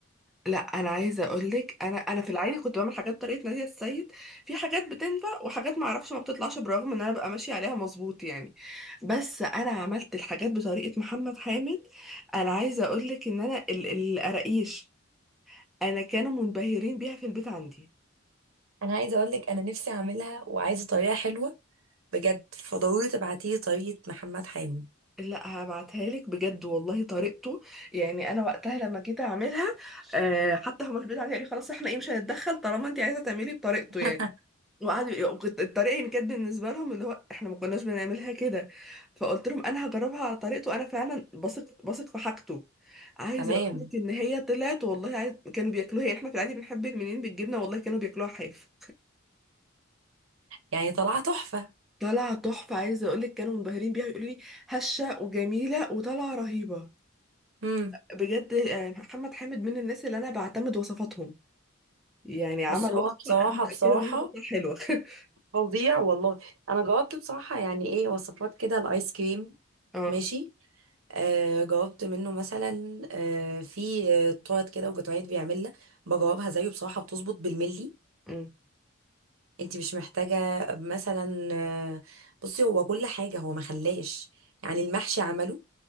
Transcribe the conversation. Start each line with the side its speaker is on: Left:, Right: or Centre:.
Centre: لا انا عايزه اقول لك انا انا في العادي كنت بعمل حاجات بطريقه ناديه السيد في حاجات بتنفع وحاجات ما اعرفش ما بتطلعش برغم ان انا ببقى ماشيه عليها مظبوط يعني بس انا عملت الحاجات بطريقه محمد حامد انا عايزه اقول لك ان انا ال- القراقيش انا كانوا منبهرين بيها في البيت عندي
Right: انا عايزه اقول لك انا نفسي اعملها وعايزه طريقه حلوه بجد فضروري تبعتي لي طريقه محمد حامد
Centre: لا هبعتها لك بجد والله طريقته يعني انا وقتها لما جيت اعملها آه، حتى هما في البيت عندي قالوا خلاص احنا ايه مش هنتدخل طالما انت عايزه تعملي بطريقته
Right: <laughs>
Centre: يعني وقعدوا وكنت- الطريقه يعني كانت بالنسبه لهم اللي هو احنا ما كناش بنعملها كده فقلت لهم انا هجربها على طريقته انا فعلا بثق بثق في حاجته عايزه
Right: تمام
Centre: اقول لك ان هي طلعت والله عايز... كانوا بياكلوها يعني احنا في العادي بنحب المنين بالجبنه والله كانوا بياكلوها حاف
Right: يعني طلعت تحفه
Centre: طالعه تحفه عايزه اقول لك كانوا منبهرين بيها يقولوا لي هشه وجميله وطالعه رهيبه
Right: امم
Centre: بجد يعني محمد حامد من الناس اللي انا بعتمد وصفاتهم يعني عمل
Right: بصي هو
Centre: وصفه
Right: بصراحه
Centre: انا متاكده
Right: بصراحه
Centre: ان هي هتطلع حلوه <laughs>
Right: فظيع والله انا جاوبت بصراحه يعني ايه وصفات كده الايس كريم
Centre: اه
Right: ماشي آه جاوبت منه مثلا آه في آه، تورت كده وجاتوهات بيعملها بجاوبها زيه بصراحه بتظبط بالملي
Centre: أمم.
Right: انت مش محتاجه مثلا آه، بصي هو كل حاجه هو ما خلاش يعني المحشي عمله